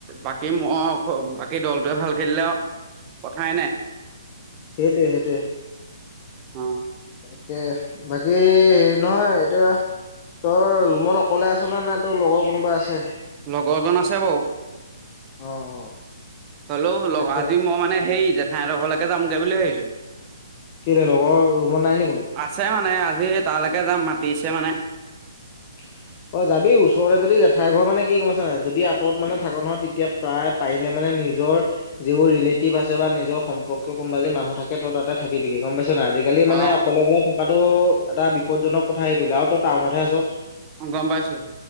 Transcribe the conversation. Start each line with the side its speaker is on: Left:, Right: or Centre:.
Right: বাকী মই বাকী দলটোৱে ভাল খেলিলেও কথাই নাই।
Left: সেইটোৱে সেইটোৱে।
Right: অ
Left: তাকে বাকী হেৰি নহয় এতিয়া তই ৰুমত অকলে আছ নে নে তোৰ লগৰ কোনোবা আছে?
Right: লগৰজন আছে বাৰু
Left: অ অ
Right: হলৌ লগ
Left: তাকে
Right: আজি মই মানে সেই জেঠাইঁতৰ ঘৰলৈকে যামগৈ বুলি ভাবিছো।
Left: কেলে লগৰ ৰুমত নাই নি কোনো
Right: আছে মানে আজি তালৈকে যাম মাতিছে মানে
Left: <unintelligible> অ যাবি ওচৰতে যদি জেঠাই ঘৰ মানে কি গম পাইছ নাই যদি আঁতৰত মানে থাক ন তেতিয়া প্ৰায় পাৰিলে মানে নিজৰ যিবোৰ ৰিলেটিভ আছে বা নিজৰ সম্পৰ্কীয় কোনোবা মানুহ থাকে ত তাতে থাকিবিগি গম পাইছ। নাই, আজিকালি মানে
Right: অ
Left: অকলে অকলে থকাতটো এটা বিপদজনক কথা আহি পৰিল আৰু তই টাউনতহে আছ।
Right: অ গম পাইছো।